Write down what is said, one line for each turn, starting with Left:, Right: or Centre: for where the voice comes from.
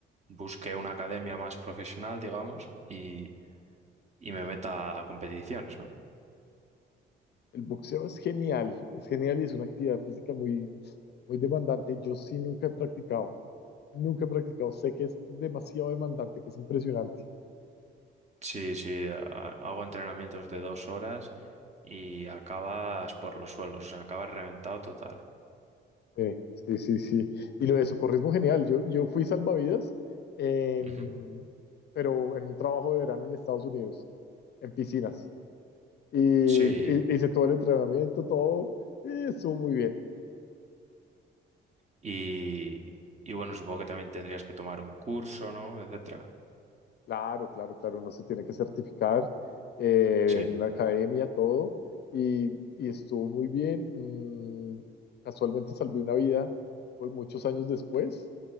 Right: busque una academia más profesional, digamos, y, y me meta a competiciones, ¿no?
Left: El boxeo es genial, es genial y es una actividad física muy, muy demandante. Yo sí nunca he practicado, nunca he practicado, sé que es demasiado demandante, que es impresionante.
Right: Sí, sí, a- a- hago entrenamientos de dos horas y acabas por los suelos, o sea, acabas reventado total.
Left: Sí, sí, sí, sí. Y lo de socorrismo, genial. Yo, yo fui salvavidas, em,
Right: Ujú.
Left: pero en un trabajo de verano en Estados Unidos, en piscinas. Y,
Right: Sí,
Left: y- hice todo el entrenamiento, todo, y estuvo muy bien.
Right: y, y bueno, supongo que también tendrías que tomar un curso, ¿no? Etcétera.
Left: Claro, claro, claro, uno se tiene que certificar eh,
Right: Sí,
Left: en una academia, todo, y, y estuvo muy bien. Mm, casualmente salvé una vida pues, muchos años después